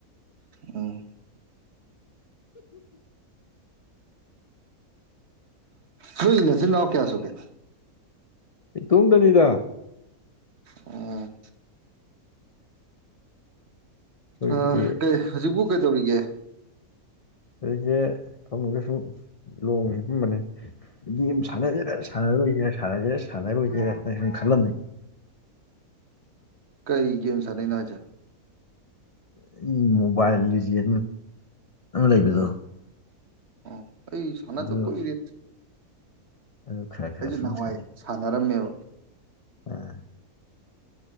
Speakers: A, on the right; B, on the left.
A: ꯎꯝ ꯅꫭꯏ ꯅꯆꯤꯟꯅꯅꯥꯎ ꯀꯌꯥ ꯁꯨꯒꯦ
B: ꯏꯇꫭꯝꯇꯅꯤꯗꯥ
A: ꯎꯝ
B: ꯑꯩꯈꯣꯏꯒꯤꯗꯤ
A: ꯑꯥ ꯀꯩ ꯍꯧꯖꯤꯛꯄꯨ ꯀꯩꯗꯧꯔꯤꯒꯦ
B: ꯑꯩꯖꯦ ꯐꯃꯨꯡꯗ ꯁꯨꯝ ꯂꫭꯡꯅ ꯍꯤꯄꯞꯕꯅꯦ ꯒꯦꯝ ꯁꯥꯟꯅꯖꯤꯔ ꯁꯥꯟꯅꯔꯣꯏꯖꯤꯔ ꯁꯥꯟꯅꯖꯤꯔ ꯁꯥꯟꯅꯔꯣꯏꯖꯤꯔ ꯈꯜꯂꯝꯃꯦꯅꯦ
A: ꯀꯔꯤ ꯒꯦꯝ ꯁꯥꯟꯅꯩꯅꫭ ꯍꯥꯏꯖꯦ
B: ꯑꯩ ꯃꯣꯕꯥꯏꯜ ꯂꯤꯖ ꯑꯃ ꯂꯩꯕꯗꯣ
A: ꯎꯝ ꯑꯣ ꯑꯩ ꯁꯅꯥꯗ
B: ꯑꯗꯨ
A: ꯀꯥꯏꯔꯦ
B: ꯑꯗꯨ ꯈꯔ ꯈꯔ
A: ꯑꯩꯁꯨ
B: ꯁꯨꯝ
A: ꯋꯥꯏ
B: ꯁꯥꯟꯅꯩ
A: ꯁꯥꯟꯅꯔꯝꯃꯦꯕ
B: ꯑꯥ